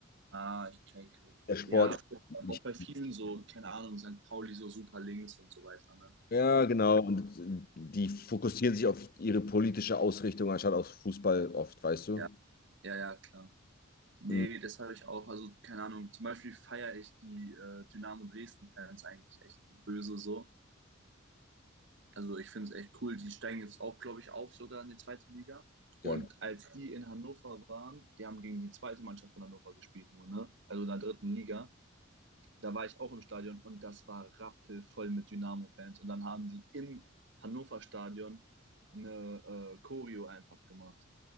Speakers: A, on the right (about 60°); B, on the left (about 45°).
A: Ah, ich checke.
B: Der Sport.
A: Ja, aber
B: nicht-
A: auch bei vielen so, keine Ahnung, St. Pauli so super links und so weiter, ne?
B: Ja, genau. Und die fokussieren sich auf ihre politische Ausrichtung anstatt auf Fußball oft, weißt du?
A: Ja, ja, ja, klar. Nee,
B: Mhm,
A: das habe ich auch. Also, keine Ahnung, zum Beispiel feiere ich die äh, Dynamo Dresden-Fans eigentlich echt böse so. Also ich finde es echt cool. Die steigen jetzt auch, glaube ich, auf sogar in die zweite Liga.
B: geil.
A: Und als die in Hannover waren, die haben gegen die zweite Mannschaft von Hannover gespielt, nur, ne? Also in der dritten Liga. Da war ich auch im Stadion und das war rappelvoll mit Dynamo-Fans. Und dann haben die im Hannover-Stadion eine äh, Choreo einfach gemacht.